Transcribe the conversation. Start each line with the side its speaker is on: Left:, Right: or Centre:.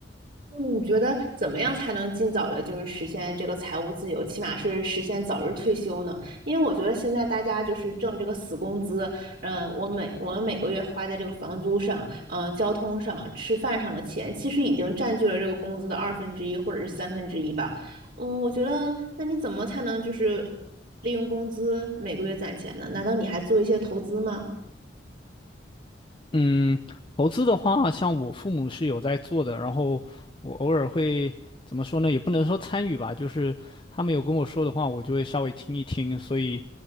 Right: 嗯你觉得怎么样才能尽早的，就是实现这个财务自由，起码是实现早日退休呢？因为我觉得现在大家就是挣这个死工资，嗯，我每我们每个月花在这个房租上，嗯，交通上、吃饭上的钱，其实已经占据了这个工资的二分之一或者是三分之一吧。嗯，我觉得那你怎么才能就是利用工资每个月攒钱呢？难道你还做一些投资吗？
Left: 嗯，投资的话，像我父母是有在做的，然后我偶尔会怎么说呢？也不能说参与吧，就是他们有跟我说的话，我就会稍微听一听。所以，